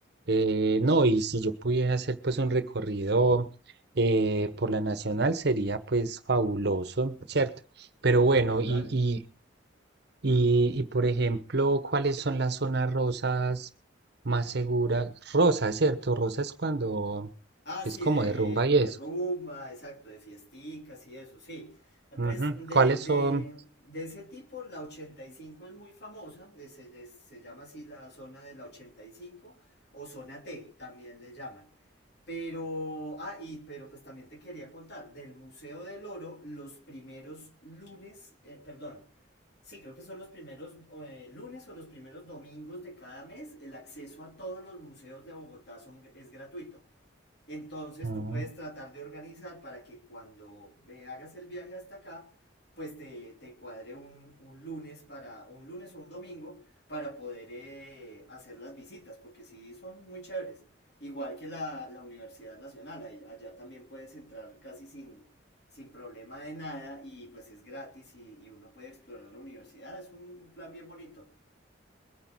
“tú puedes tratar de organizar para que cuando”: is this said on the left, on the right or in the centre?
Left